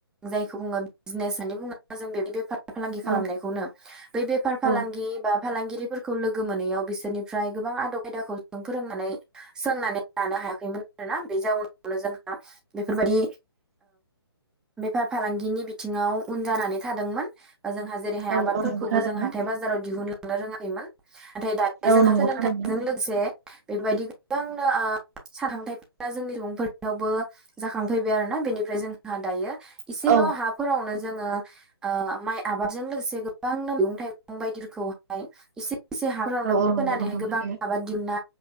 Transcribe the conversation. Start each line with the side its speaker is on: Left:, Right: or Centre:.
Centre: जायखौ बुङो बिजनेस होननानै बुङो जों बे बेफार फालांगि खालामनायखौनो
Right: औ
Centre: बै बेफार फालांगि
Right: औ
Centre: बा फालांगिरिफोरखौ लोगो मोनैयाव बिसोरनिफ्राय गोबां आदब खायदाखौ फोरोंनानै सोलोंनानै लानो हायाखैमोन आरोना बे जाउनावनो जोंहा बेफोरबायदि बेफार फालांगिनि बिथिङाव उन जानानै थादोंमोन जोंहा जेरैहाय
Right: औ
Centre: आबादफोरखौबो
Right: औ नंगौ थारैनो
Centre: जों हाथाय बाजार जाराव दिहुनलांनो रोङाखैमोन नाथाय दायो
Right: औ
Centre: जोंहा
Right: नंगौ
Centre: सोलोंथाइजों
Right: थारैनो
Centre: लोगोसे बेफोरबायदि गोबांनो साखांथायफोरा जोंनि सुबुंफोरनियावबो जाखांफैबाय आरोना बेनिफ्राय जोंहा दायो इसेल'
Right: औ
Centre: हाफोरावनो जोङो ओ माइ आबादजों लोगोसे गोबां मैगं थाइगं बायदिखौहाय एसे एसे हाफोरावनो
Right: औ औ नंगौ
Centre: फोनानैहाय
Right: नोंथां
Centre: गोबां
Right: थारैनो
Centre: आबाद दिहुनना